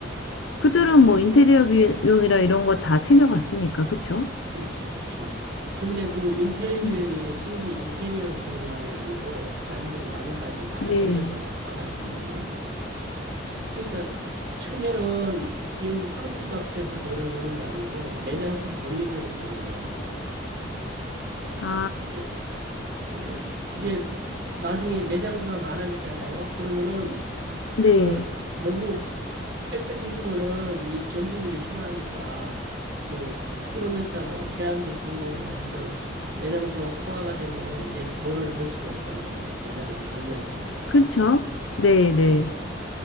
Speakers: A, on the left; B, on the right.
A: 그들은
B: 그러니까
A: 뭐 인테리어
B: 이제
A: 비용이라 이런 거 다 챙겨갔으니까. 그쵸.
B: 그렇죠, 그렇죠. 근데 그 인테리어
A: 음,
B: 비용이 순수 인테리어 비용만이 아니고 자기들 마진까지 다
A: 네.
B: 올려서 받아가거든요. 그러니까 처음에는 여기 커피값에서 돈을 버는 게 아니고 매장수를 늘리면서 돈을 벌어요.
A: 아,
B: 근데 예, 이제 나중에 매장수가 많아지잖아요. 그러면은
A: 네.
B: 그 너무 빽빽해지면은 이 점주들이 싫어하니까 그 킬로미터 뭐 제한도 두고 뭐 해서 매장 수가 포화가 되면은 이제 돈을 벌 수가 없잖아요. 매장을 늘려야 되는데
A: 그쵸. 네, 네.
B: 예